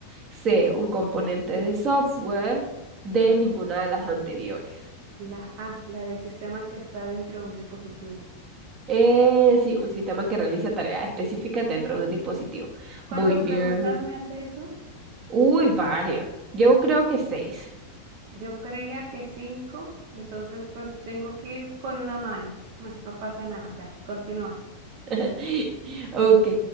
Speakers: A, on the right; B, on the right.
A: C. Un componente de software. D. Ninguna de las anteriores.
B: La A, la del sistema que está dentro de un dispositivo.
A: Eh, sí, un sistema que realiza tareas específicas dentro de un dispositivo.
B: ¿Cuántas
A: Muy
B: preguntas
A: bien.
B: me has hecho?
A: Uy, varias. Yo creo que seis.
B: Yo creía que cinco, entonces pues tengo que ir con una mala. Bueno, no pasa nada, dale, continúa.
A: <laughs> Ok.